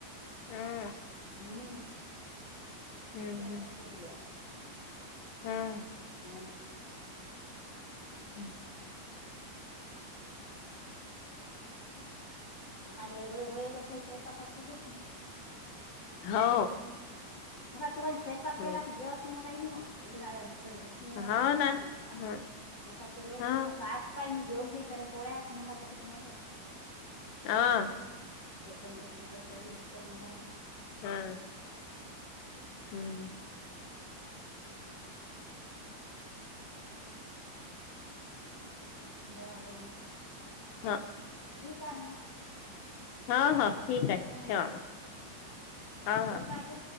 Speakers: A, on the left; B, on the left.
A: हम्
B: हम्
A: हम्म
B: त्या टलं दिेलेला
A: हम्
B: हा
A: हम्म
B: आमझ वय हो लो खयस प्रकाच त
A: हो
B: अ का तु का स्वयपाक
A: हम्म
B: केला की जेवत नाही ना काही नाही मग तिथून म भूक नाही आता
A: हा
B: नाही
A: ना
B: आता
A: ह
B: म रो
A: हा
B: आता का पाय मी जेऊ खरे पोळ्या आहेत मंगायच्या किती मोठ्या
A: हह
B: समजेम काही करी होऊ पण जा
A: हम्म हम्म
B: बार
A: हा
B: ठी काय ना
A: हा हा ठीक आहे
B: बोर
A: ठेवा मग हा हा
B: का कु